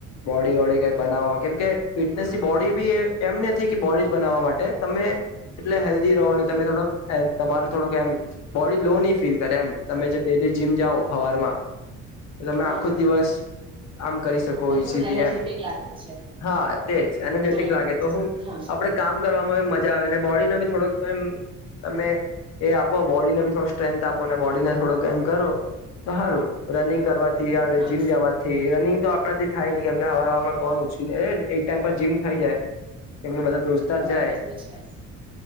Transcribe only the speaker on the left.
બોડી વોડી કઈ બનાવવામાં કેમ કે ફિટનેસ થી બોડી બી એ એમ નથી કે બોડીજ બનાવવા મા એ તમે એટલે હેલ્ધી રહો ને તમે થોડોક તમારું થોડુંક એમ બોડી લોન. એમ તમે જે ડેલી જીમ જાઓ ફવાર માં તમે
આખો જ
દિવસ આમ. કરી
એ
હા એજેટિક
લાગે તો હું
આપણે કામ કરવા મજા આવે બોડીને બી થોડુંકમ તમે એ આપો બોડીને ભી થોડો સ્ટન્થ આપોને બોડીને થોડોક એમ કરો તો સારું રનિંગ કરવાથી થીડ
જીમ જવાથી રનિંગ. તો આપડા થી થાય નહી કેમ કે હવા હ કોણ ઓછીાય એક ટાઈમ પર જીમ થઈ જાય કેમ કે બધા દોસ્તાર
જાય